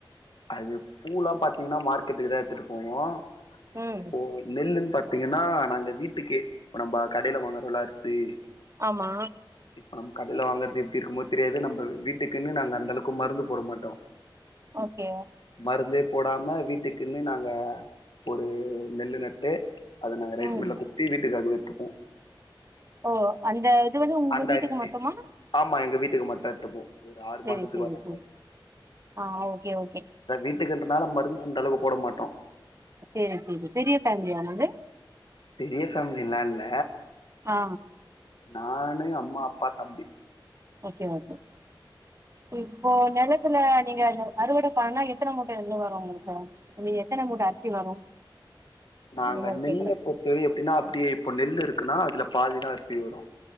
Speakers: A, on the left; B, on the right.
A: அது பூலா பாத்தீங்கன்னா மார்க்கெட்டுக்கு தா எடுத்துட்டு போவோ
B: ம்
A: இப்போ நெல்லுன்னு பாத்தீங்கன்னா நாங்க வீட்டுக்கே இப்ப நம்ம கடையில வாங்கறோல அரிசி
B: ஆமா
A: இப்ப நம்ம கடையில வாங்குறது எப்படி இருக்கும்மோ தெரியாது நம்ம வீட்டுக்குன்னு நாங்க அந்த அளவுக்கு மருந்து போட மாட்டோ
B: ஓகே
A: மருந்தே போடாம வீட்டுக்குன்னு நாங்க ஒரு நெல்லு நட்டு அத நாங்க ரைஸ்
B: ம்
A: மில்ல குட்த்து வீட்டுக்காக எட்த்துப்போ
B: ஓ அந்த இது வந்து உங்க
A: அந்த
B: வீட்டுக்கு
A: அரிசி
B: மட்டுமா
A: ஆமா எங்க வீட்டுக்கு மட்டு எத்துப்போ ஒரு ஆறு
B: செரி
A: மாசத்துக்கு
B: செரி
A: வரா
B: செரி
A: மாரி
B: ஆ ஓகே ஓகே
A: அத வீட்டுக்கன்றனால மருந்து அந்தளவுக்கு போட மாட்டோ
B: சேரி சேரி பெரிய ஃபேமிலியானது
A: பெரிய ஃபேமில்லா இல்ல
B: ஆ
A: நானு அம்மா அப்பா தம்பி
B: ஓகே ஓகே இப்போ நெலத்துல நீங்க அறுவடை பண்னா எத்தன மூட்ட நெல்லு வரு உங்களுக்கு உ எத்தன மூட்ட அரிசி வரு
A: நாங்க
B: இந்த மாரி
A: நெல்லு
B: கேக்குறே
A: குத்தவே எப்படின்னா அப்படியேப்ப நெல்லு இருக்குன்னா அதுல பாதிதா அரிசி வரு